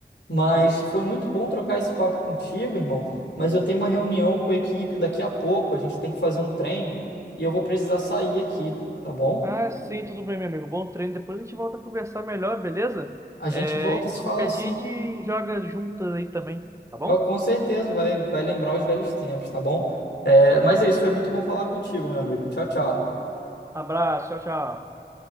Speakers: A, on the left; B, on the right.
A: Mas
B: Sim, isso.
A: foi muito bom trocar esse papo contigo, irmão. Mas eu tenho uma reunião com a equipe daqui a pouco, a gente tem que fazer um treino e eu vou precisar sair aqui, tá bom?
B: Ah, sim, tudo bem, meu amigo. Bom treino. Depois a gente volta a conversar melhor, beleza?
A: A gente
B: É,
A: volta a se
B: qualquer
A: falar assim.
B: dia a gente joga juntas aí também, tá bom?
A: com certeza vai, vai lembrar os velhos tempos, tá bom? É, mas é isso, foi muito bom falar contigo, meu amigo. Tchau, tchau.
B: Abraço, tchau, tchau.